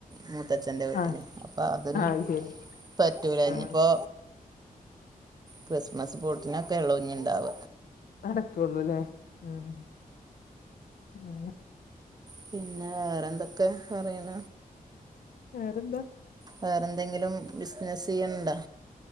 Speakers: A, on the right; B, on the left.
A: മൂത്തച്ഛൻ്റെ വീട്ടില്
B: ആഹ്
A: അപ്പം അതിനും
B: ആഹ് ശരി
A: പറ്റൂലഞ്പ്പോ
B: ആഹ്
A: ക്രിസ്മസ് പൂട്ടിനൊക്കെ ഒള്ളൂ ഇഞ്ണ്ടാവ
B: അടക്കുള്ളൂ അല്ലേ ഉം ഉം
A: പിന്നെ വേറെ എന്തൊക്കെ പറയണ
B: വേറെന്താ
A: വേറെന്തെങ്കിലും ബിസിനസ്സ് ചെയ്യണണ്ടോ